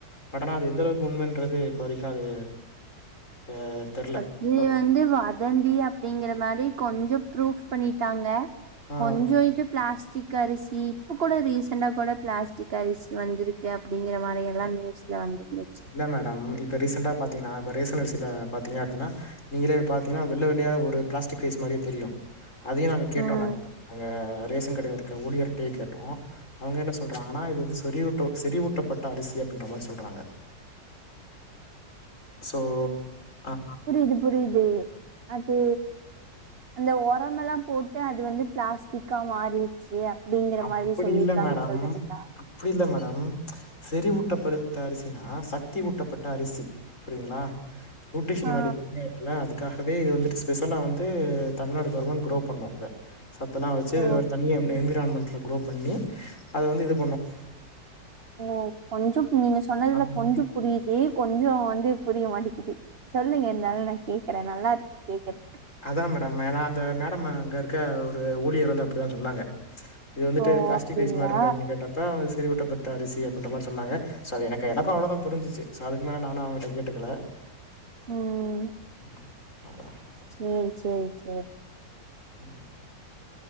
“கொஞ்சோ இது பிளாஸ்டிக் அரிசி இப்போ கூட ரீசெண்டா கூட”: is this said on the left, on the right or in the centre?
Right